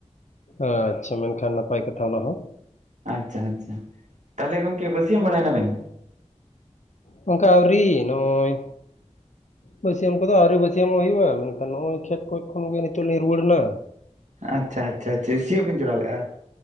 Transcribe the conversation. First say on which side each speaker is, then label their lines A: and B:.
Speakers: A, on the left; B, on the right.
A: ᱟᱪᱪᱷᱟ ᱢᱮᱱᱠᱷᱟᱱ ᱱᱟᱯᱟᱭ ᱠᱟᱛᱷᱟ ᱚᱱᱟ ᱦᱚᱸ᱾
B: ᱟᱪᱪᱷᱟ, ᱟᱪᱪᱷᱟ ᱛᱟᱦᱞᱮ ᱜᱚᱝᱠᱮ ᱵᱟᱹᱥᱭᱟᱹᱢ ᱵᱟᱲᱟᱭ ᱱᱟᱵᱮᱱ?
A: ᱜᱚᱝᱠᱮ ᱟᱹᱣᱨᱤ ᱱᱚᱸᱜ-ᱚᱭ ᱵᱟᱹᱥᱭᱟᱹᱢ ᱠᱚᱫᱚ ᱟᱹᱣᱨᱤ ᱵᱟᱹᱥᱭᱟᱹᱢᱚᱜ ᱦᱩᱭᱩᱜ-ᱟ᱾ ᱢᱮᱱᱠᱷᱟᱱ ᱦᱚᱸᱜ-ᱚᱭ ᱠᱷᱮᱛ ᱠᱷᱚᱡ ᱠᱷᱚᱱ ᱜᱮ ᱱᱤᱛᱚᱜ ᱞᱤᱧ ᱨᱩᱣᱟᱹᱲ ᱱᱟ᱾
B: ᱟᱪᱪᱷᱟ, ᱟᱪᱪᱷᱟ, ᱟᱪᱪᱷᱟ ᱪᱮᱫ ᱥᱤᱭᱳᱜ ᱵᱤᱱ ᱡᱚᱲᱟᱣ ᱞᱮᱜ-ᱟ?